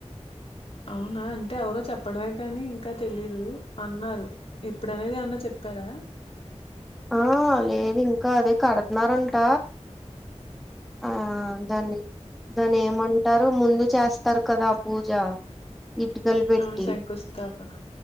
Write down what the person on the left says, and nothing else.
అవునా అంటే ఎవరో చెప్పడమే గానీ ఇంకా తెలీదు అన్నారు ఎప్పుడనేది అనేది ఎం అన్న చెప్ చెప్పారా
అవును శంకుస్థాపన